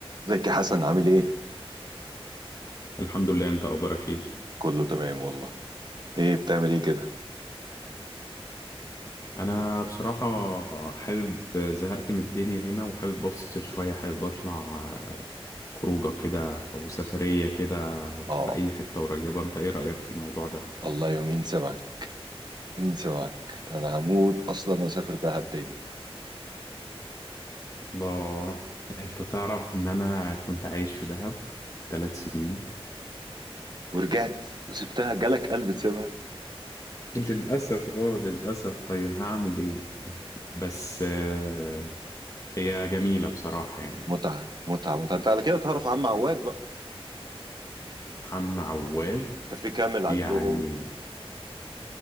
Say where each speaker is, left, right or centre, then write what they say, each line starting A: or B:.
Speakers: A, on the right (about 45°); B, on the left (about 35°).
A: زكي حسن عامل ايه؟
B: الحمد لله انت اخبارك ايه
A: كله تمام والله ايه بتعمل ايه كده؟
B: انا بصراحة حابب زهقت من الدنيا هنا وحابب افصل شوية حابب اطلع خروجة كده او سفرية كده في
A: اه
B: اي حتة قريبة انت ايه رأيك في الموضوع ده
A: الله يومين سمعك مين سمعك انا هموت اصلا واسافر دهب تاني
B: الله انت تعرف ان انا كنت عايش في دهب ثلاث سنين
A: ورجعت وسبتها جالك قلب تسيبها
B: للأسف اه للأسف طيب هعمل ايه بس آه، هي جميلة بصراحة يعني
A: متعة متعة متعة انت على كده تعرف عم عواد بقى
B: عم عواد
A: كافيه كامل على
B: يعني
A: البلو هول